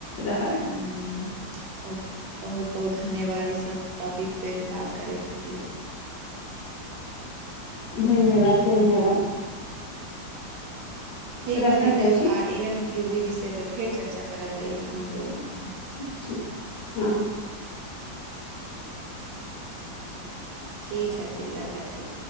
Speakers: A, on the left; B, on the right.
A: रहत
B: हूं बहुत बहुत धन्यवाद ई सब टॉपिक पे बात करय के खातिर
A: धन्यवाद धन्यवाद
B: फेर
A: रखैत
B: भेटब
A: होइ छी
B: आ एहन उपयोगी विषय पर फेर चर्चा करल जाइ हम दोनू अहाँ
A: ठीक हँ
B: ठीक है फिर रखत हइ